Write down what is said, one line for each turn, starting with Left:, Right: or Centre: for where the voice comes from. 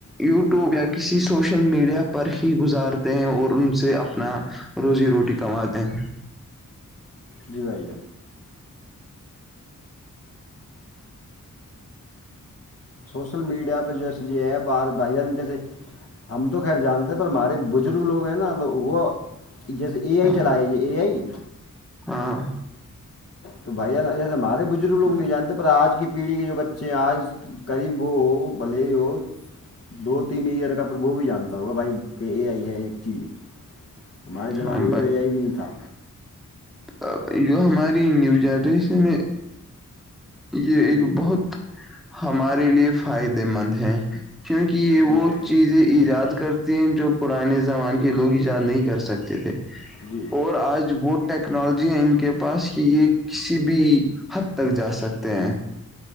Centre: یوٹیوب یا کسی سوشل میڈیا پر ہی گزارتے ہیں اور ان سے اپنا روزی روٹی کماتے ہیں
Left: جی بھائی جان سوسل میڈیا پہ جویسے ایپ آ بائی جان جیسے ہم تو خیر جانتے ہمارے بزرگ لوگ ہیں نا تو وہ جیسے اے آئی
Centre: ہاں
Left: چلائے ج اے آئی
Centre: ہاں
Left: تو بھائی ایسے ہمارے بزرگ لوگ نہیں جانتے پر آج کی پیڑھی کے جو بچے ہیں آج قریب وہ بھلے ہو دو تین ایئر کا وہ بھی جانتا ہوگا بھائی کہ یہ آئی ہے ایک چیز ہمارے زمانے
Centre: ہاں
Left: میں تو اے آئی بھی نہیں تھا
Centre: ا جو ہماری نیو جنریشن ہے یہ ایک
Left: جی
Centre: بہت ہمارے لیے فائدے مند ہیں کیونکہ یہ
Left: جی
Centre: وہ
Left: بھائی جان
Centre: چیزیں ایجاد کر جو پرانے زمان کے لوگ ایجاد نہیں کر سکتے تھے
Left: جی
Centre: اور آج وہ ٹیکنالوجی ان کے پاس کی یہ کسی بھی حد تک جا سکتے ہیں